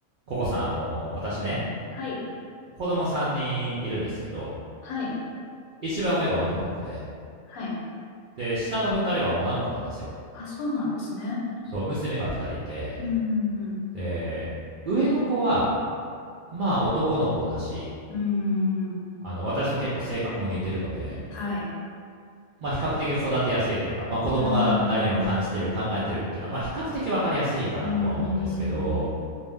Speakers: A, on the right (about 75°); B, on the left (about 85°).
A: ココさん、あのー、私ね、
B: はい。
A: 子供3人いるんですけど、
B: はい。
A: 一番上が男の子で、
B: はい。
A: で、下の2人は女の子なんですよ。
B: あ、そうなんですね。
A: そう、娘が2人いて、
B: うんうんうん。
A: で、上の子は、まあ男の子だし、
B: うんうんうん。
A: あの、私と結構性格も似てるので、
B: はい。
A: まあ比較的育てやすいというか、まあ子供が何を感じてる、
B: うんうん
A: 考えてるっていうのは、まあ比較的わかりやすいかなとは思うんですけど、
B: うんうんうん。